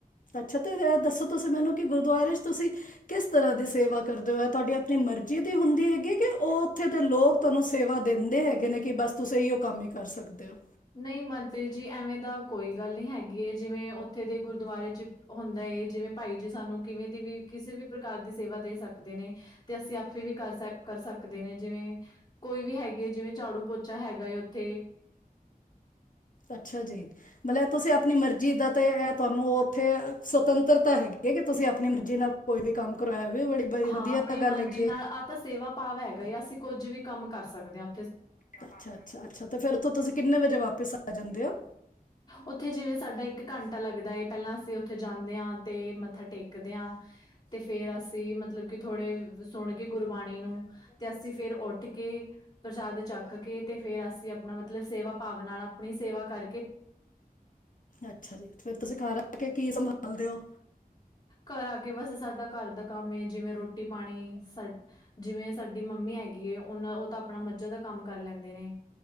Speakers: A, on the left; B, on the left.
A: ਅੱਛਾ ਤੇ ਇਹ ਦੱਸੋ ਤੁਸੀਂ ਮੈਨੂੰ ਕਿ ਗੁਰਦੁਆਰੇ ਚ ਤੁਸੀਂ ਕਿਸ ਤਰ੍ਹਾਂ ਦੀ ਸੇਵਾ ਕਰਦੇ ਔ? ਐ ਤੁਹਾਡੀ ਅਪਣੀ ਮਰਜ਼ੀ ਦੀ ਹੁੰਦੀ ਹੈਗੀ ਕਿ ਓਹ ਉੱਥੇ ਦੇ ਲੋਗ ਤੁਹਾਨੂੰ ਸ ਸੇਵਾ ਦਿੰਦੇ ਹੈਗੇ ਨੇ, ਕਿ ਬਸ ਤੁਸੀਂ ਐਈਓ ਕੰਮ ਈ ਕਰ ਸਕਦੇ ਹੋ।
B: ਨਹੀਂ ਮਨਪ੍ਰੀਤ ਜੀ ਐਵੇਂ ਦਾ ਕੋਈ ਗੱਲ ਨੀ ਹੈਗੀ ਏ, ਜਿਵੇਂ ਔਥੇ ਦੇ ਗੁ ਗੁਰਦੁਆਰੇ ਚ ਹੁੰਦਾ ਏ, ਜਿਵੇਂ ਭਾਈ ਜੀ ਸਾਨੂੰ ਕਿਵੇਂ ਦੀ ਵੀ ਕਿਸੇ ਵੀ ਪ੍ਰਕਾਰ ਦੀ ਸੇਵਾ ਦੇ ਸਕਦੇ ਨੇ, ਤੇ ਅਸੀਂ ਅਪ ਤੇ ਵੀ ਕਰ ਸਕ ਕਰ ਸਕਦੇ ਨੇ ਜਿਵੇਂ ਕੋਈ ਵੀ ਹੈਗੀ ਏ ਜਿਵੇਂ ਝਾੜੂ ਪੋਚਾ ਹੈਗਾ ਏ ਔਥੇ।
A: ਅੱਛਾ ਜੀ, ਮਲੇ ਤੁਸੀਂ ਅਪਣੀ ਮਰਜ਼ੀ ਦਾ ਤੇ ਐ ਤੁਹਾਨੂੰ ਔਥੇ ਸੁਵਤੰਤਰਤਾ ਹੈਗੀ ਏ, ਕਿ ਤੁਸੀਂ ਅਪਣੀ ਮਰਜ਼ੀ ਨਾਲ ਕੋਈ ਵੀ ਕੰਮ ਕਰਵਾਇਆ ਵੇ ਬੜੀ ਬਈ
B: ਹਾਂ
A: ਵਧੀਆ
B: ਆਪਣੀ
A: ਗੱਲ
B: ਮਰਜ਼ੀ
A: ਹੈਗੀ
B: ਨਾਲ
A: ਏ।
B: ਆਹ ਤਾਂ ਸੇਵਾ ਭਾਵ ਹੈਗਾ ਏ ਅਸੀਂ ਕੁੱਝ ਵੀ ਕੰਮ ਕਰ ਸਕ ਕਦੇਆਂ।
A: ਅੱਛਾ ਅੱਛਾ ਅੱਛਾ, ਤੇ ਫੇਰ ਉੱਥੋਂ ਤੁਸੀਂ ਕਿੰਨੇ ਵਜੇ ਵਾਪਿਸ ਆ ਜਾਂਦੇ ਹੋ?
B: ਉੱਥੇ ਜਿਵੇਂ ਸਾਡਾ ਇੱਕ ਘੰਟਾ ਲੱਗਦਾ ਏ, ਪਹਿਲਾਂ ਅਸੀਂ ਉੱਥੇ ਜਾਂਣੇ ਆਂ, ਤੇ ਮਤ ਮੱਥਾ ਟੇਕਦਿਆਂ ਤੇ ਫੇਰ ਅਸੀਂ ਮਤਲਬ ਕਿ ਥੋੜੇ ਸੁਣ ਕੇ ਗੁਰਬਾਣੀ ਨੂੰ ਤੇ ਅਸੀਂ ਫੇਰ ਉੱਠ ਕੇ ਪ੍ਰਸ਼ਾਦ ਚੱਕ ਕੇ ਤੇ ਫੇਰ ਅਸੀਂ ਆਪਣਾ ਮਤਲਬ ਸੇਵਾ ਭਾਵ ਨਾਲ ਆਪਣੀ ਸੇਵਾ ਕਰ
A: ਅੱਛਾ। ਜੀ ਫਿਰ ਤੁਸੀਂ ਘਰ ਆ ਕੇ ਕੀ ਸੰਬਾਲ। ਬਲ ਦਿਓ।
B: ਘਰ ਆ ਕੇ, ਬਸ ਸਾਡਾ ਘਰ ਦਾ ਕੰਮ ਏ। ਜਿਵੇਂ, ਰੋਟੀ ਪਾਣੀ ਸਰ ਜਿਵੇਂ ਸਾਡੀ ਮੰਮੀ ਹੈਗੀ ਏ, ਉਹ ਤਾਂ ਆਪਣਾ ਮੱਝਾਂ ਦਾ ਕੰਮ ਕਰ ਲੈਂਦੇ ਨੇ।